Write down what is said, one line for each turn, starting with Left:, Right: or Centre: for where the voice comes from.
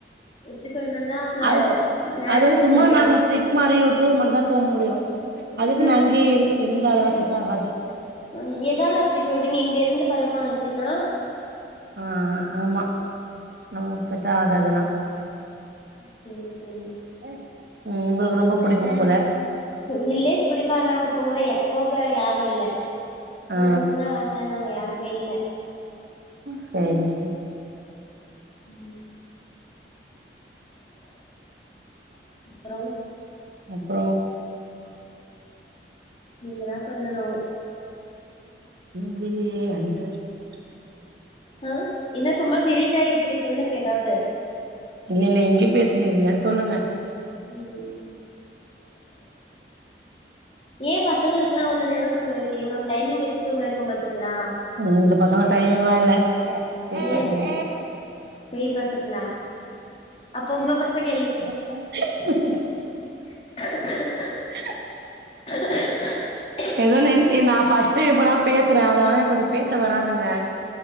Left: எப்டி சொல்றதுன்னா அங்க
Right: அது
Left: நேச்சுரல்
Right: அதுவு சும்மா
Left: இல்லையா
Right: நாங்க ட்ரிப் மாரி ஒரு டூர் மாரி தா போ முடியு அதுக்கு
Left: ம்
Right: நா அங்கயே இரு இருந்த அதெல்லா செட் ஆகாது
Left: <inaudible> எதல அப்டி சொல்றீங்க இங்க இருந்து பழக்கோ ஆச்சுன்னா
Right: ஆ ஆமா நமக்கு செட்ட ஆகுது அதெல்லா
Left: செரி செரி
Right: ம் உங்களுக்கு ரொம்ப புடிக்கு போல
Left: வில்லேஜ் புடிக்கு ஆனா அங்க போறய போக யாரு இல்ல போகணுந்தா
Right: ஆ
Left: ஆச அங்க யாருமே இல்ல
Right: செரி செரி
Left: ம் அப்றோ
Right: அப்றோ
Left: நீங்க தா சொல்லணு
Right: இன்னு முடியலையே அஞ்சு நிம்ஷந்த
Left: அ என்ன சும்மா சிரிச்சா எப்டி சொல்லுங்க ஏதாவது
Right: இல்ல இல்ல இங்க பேசினிருந்த சொல்லுங்க
Left: ம் ஏ பசங்களுக்கெலா அவ்ள நேரோ தூங்க வைக்கிறீங்க ஒரு டைமிங் வச்சு தூங்க வைக்க மாட்டீங்ளா
Right: இந்த பசங்க டைமிங்லா இல்ல <unintelligible> பசங்க
Left: ஏ பேய் பசங்களா அப்ப
Right: ஹ
Left: உங்க பசங்க
Right: உ
Left: உம்
Right: <unintelligible>
Left: <unintelligible>
Right: எதுவு நென் நா ஃபர்ஸ்ட்டு இப்பதா பேசுறே அதனால எனக் கொஞ்ச பேச வராதுங்க